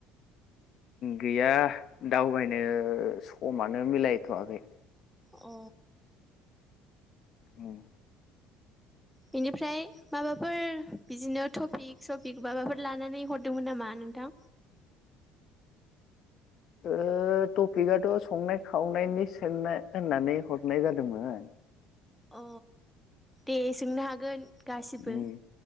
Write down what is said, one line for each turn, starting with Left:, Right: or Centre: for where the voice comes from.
Left: गैया दावबायनो समानो मिलायथ'वाखै ।
Centre: अ
Left: ओम
Centre: बेनिफ्राय माबाफोर बिदिनो टपिक सपिक माबाफोर लानानै हरदोंमोन नामा नोंथां?
Left: <inaudible> ओ ओ टपिकआथ' संनाय खावनायनि सोंनाय होननानै हरनाय जादोंमोन
Centre: अ दे सोंनो हागोन गासिबो
Left: उम